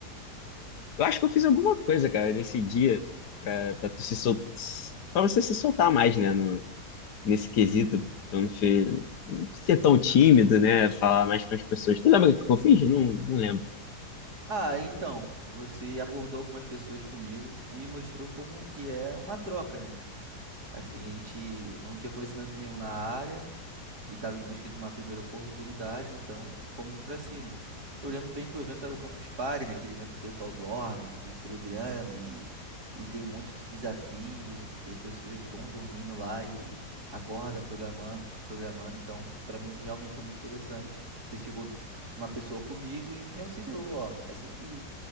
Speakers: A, on the left; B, on the right.
A: Eu acho que eu fiz alguma coisa, cara, nesse dia pra, pra tu se sol... pra você se soltar mais, né? no- nesse quesito, pra não ser, não ser tão tímido, né? Falar mais com as pessoas. Tu lembra o que eu fiz? Não, não lembro.
B: Ah, então, você abordou algumas pessoas comigo e me mostrou como que é uma troca, né? Assim, a gente não tinha conhecimento nenhum na área, e estava em busca de uma primeira oportunidade, então fomos para cima. Eu lembro bem que o evento era o Campus Party, né? Aquele evento que o pessoal dorme, e programa e, e tem um monte de desafio e as pessoas vão dormindo lá e acorda programando, tudo programando. Então, para mim realmente foi muito interessante. Você chegou uma pessoa comigo e me auxiliou, ó. é Assim que